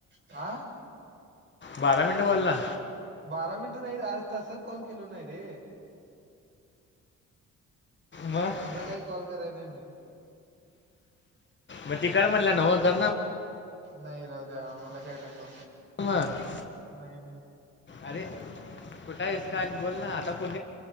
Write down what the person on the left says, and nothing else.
बारा मिनट बोलला.
मग
मग ती कर म्हतल्या नव करणा
मग
अरे कुठं आहेस का बोल ना आता पुण